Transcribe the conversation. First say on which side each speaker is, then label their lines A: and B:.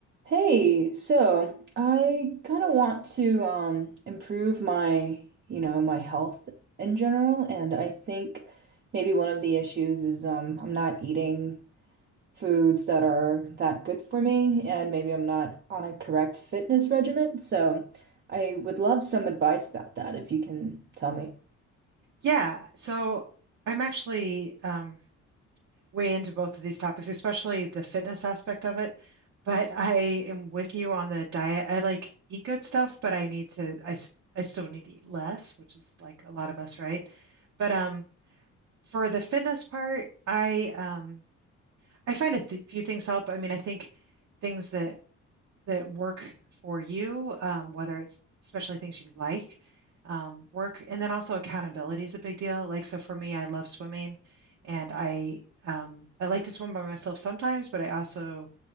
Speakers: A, on the right; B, on the right.
A: Hey, so I kind of want to um improve my, you know, my health in general, and I think maybe one of the issues is um I'm not eating foods that are that good for me, and maybe I'm not on a correct fitness regimen. So I would love some advice about that if you can tell me.
B: Yeah, so I'm actually um, way into both of these topics, especially the fitness aspect of it. But I am with you on the diet. I like eat good stuff, but I need to, I, s- I still need to eat less, which is like a lot of us, right? But um, for the fitness part, I um, I find a th few things help. I mean, I think things that that work for you, um, whether it's especially things you like, um, work, and then also accountability is a big deal. Like, so for me, I love swimming, and I um, I like to swim by myself sometimes, but I also